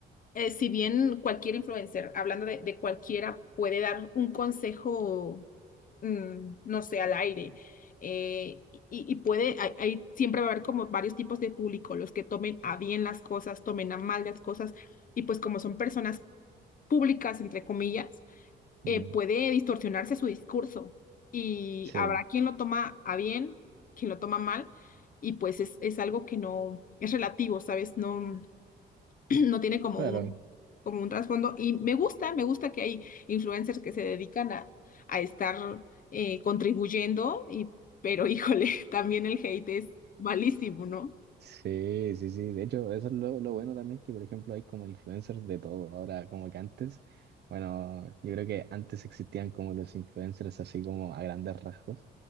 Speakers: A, on the left; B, on the right.
A: eh, si bien cualquier influencer, hablando de, de cualquiera, puede dar un consejo, mm, no sé, al aire, eh, y, y puede, hay, hay- siempre va a haber como varios tipos de público, los que tomen a bien las cosas, tomen a mal las cosas, y pues como son personas públicas, entre comillas
B: Mm,
A: eh, puede distorsionarse su discurso y
B: sí,
A: habrá quien lo toma a bien, quien lo toma mal, y pues es, es algo que no es relativo, ¿sabes? No, <clears throat> no tiene como
B: claro.
A: un, como un trasfondo. Y me gusta, me gusta que hay influencers que se dedican a, a estar eh, contribuyendo, y, pero híjole, <laughs> también el hate es malísimo, ¿no?
B: Sí, sí, sí. De hecho, eso es lo, lo bueno también, que por ejemplo hay como influencers de todo. Ahora, como que antes, bueno, yo creo que antes existían como los influencers así como a grandes rasgos,